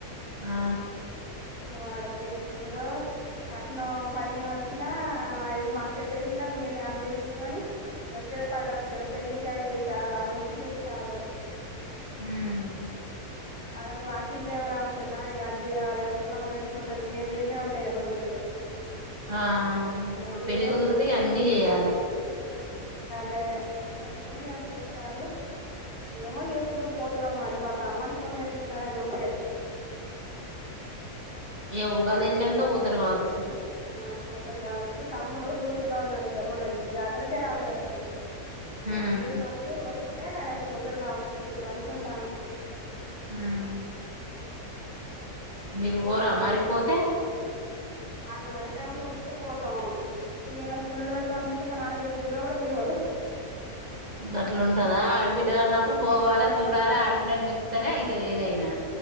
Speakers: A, on the right; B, on the left.
A: ఆ
B: ఏమో ఆడేట్ల చేసుకుంటాడో కట్నం పదిహేను వచ్చినా ఐదు మార్సెడ్ చేచినా మిగిల్నాయి. ఆలు తీస్కుంరాని అని వచ్చే పది లక్షలు పెళ్ళికే అయిత్తాయి. చాలా అనేసి చూస్తారు.
A: హ్మ్
B: ఆళ్లకు కిల్ దేవరా ఉంటే దానికి అందజేయాలే, ఉపలమ్మని పెట్టుకుంటారు. ఇగ్ ఇనే ఉంటాయి. కదా కుదిరితే.
A: ఆ ఆ
B: అవన్నీ
A: ఇప్పుడు పెళ్ళి
B: చేసుకోవాలంటే
A: కుదిరితే ఇగా అన్ని జేయలే.
B: లే అందుకనే ఇగా చూస్తారు. ఏమో ఎప్పుడు పోతారో మరి. మరి రమ్మని ఫోన్ చేస్తున్నారన్ తుకే
A: ఇగా ఉగాది యెల్నాక వోతారు కావచ్చు.
B: ఆ పోతారు గావచ్చు. తమ్ముడు డ్యూటీలో ఉన్నాడుగా మొన్న జాతరకే రాలేదు అసలు ఇయాల
A: హ్మ్
B: ఫ్రీ ఉన్నప్పుడు తే పోతరు కావచ్చు వనుకుంటాను
A: హ్మ్ మీరు ఓరా మరి పోతే
B: ఆలు పోయే టైంకి పిలిస్తే పోతాం. ఇగా మీమేమన పుల్లలు పెడతాం అనిపిస్తే మా నాన్న పిల్వగూడ కూడా పలువాడు.
A: గేట్లుటదా ఆడబిడ్డలు అన్నప్పుడు పోవాలే సూడలే ఆడబిడ్డలు మేచ్ తేనే అయితది ఏదైనా